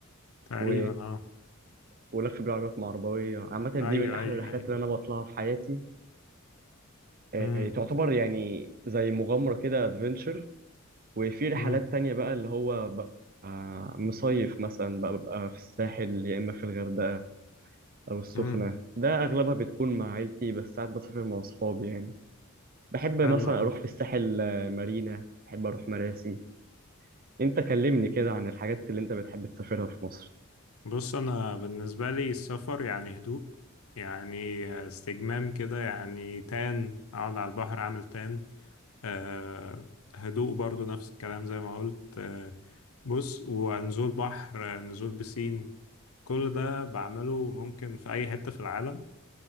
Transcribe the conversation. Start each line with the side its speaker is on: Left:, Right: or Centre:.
Left: تقريبا
Right: و...
Left: اه
Right: ولف بالعربيات مع عربوية عامة
Left: ايوه
Right: دي من أحلى
Left: ايوه
Right: الرحلات
Left: ايوه
Right: اللي أنا بطلعها في حياتي آه،
Left: امم
Right: تعتبر يعني زي مغامرة كده أدفنتشر وفي رحلات
Left: امم
Right: تانية بقى اللي هو ببقى مصيف مثلا بقى ببقى في الساحل يا إما في الغردقة أو السخنة
Left: امم
Right: ده أغلبها بتكون مع عيلتي بس ساعات بسافر مع أصحابي يعني بحب مثلا
Left: حلو أوي.
Right: أروح في الساحل آه، مارينا بحب أروح مراسي أنت كلمني كده عن الحاجات اللي أنت بتحب تسافرها في مصر
Left: بص انا بالنسبه لي السفر يعني هدوء يعني آه، استجمام كده يعني تان اقعد على البحر اعمل تان أه هدوء برضو نفس الكلام زي ما قلت أه بص ونزول بحر آه، نزول بسين كل ده بعمله ممكن في اي حته في العالم